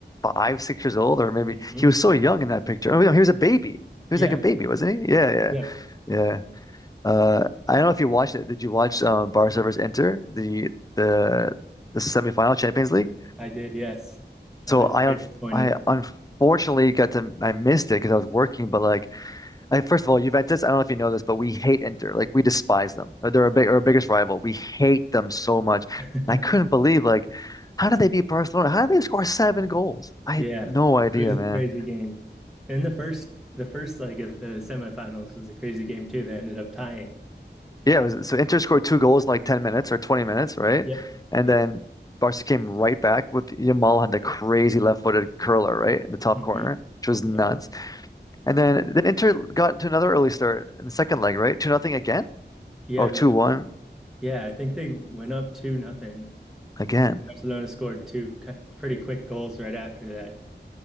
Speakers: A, on the left; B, in the centre.
A: five, six years old, or maybe
B: hmm
A: he was so young in that picture. Oh no, he was a baby. He
B: Yeah.
A: was like a baby, wasn't he? Yeah, yeah,
B: Yeah.
A: yeah. Uh I don't know if you watched it. Did you watch um Barca versus Inter, the the the semifinal Champions League?
B: I did. Yes. I
A: So
B: was
A: I
B: very
A: un
B: disappointed.
A: I unfortunately got to I missed it because I was working, but like like, first of all, Juventus, I don't know if you know this, but we hate Inter. Like we despise them. Uh, They're our big, our biggest rival. We hate them so much.
B: <laughs>
A: And I couldn't believe like how did they beat Barcelona? How did they score seven goals? I
B: Yeah.
A: had no idea,
B: It was a
A: man.
B: crazy game. And the first the first leg of the semifinals was a crazy game too. They ended up tying.
A: Yeah, it was, so Inter scored two goals in like 10 minutes or 20 minutes, right?
B: Yep.
A: And
B: Yeah.
A: then Barca came right back with Yamal had the crazy left-footed curler, right, in the top
B: hmm
A: corner, which was nuts.
B: Yep.
A: And then then Inter got to another early start in the second leg, right? Two nothing again
B: Yeah,
A: or
B: that
A: two one
B: yeah, I think they went up two nothing.
A: again.
B: Barcelona scored two cu- pretty quick goals right after that.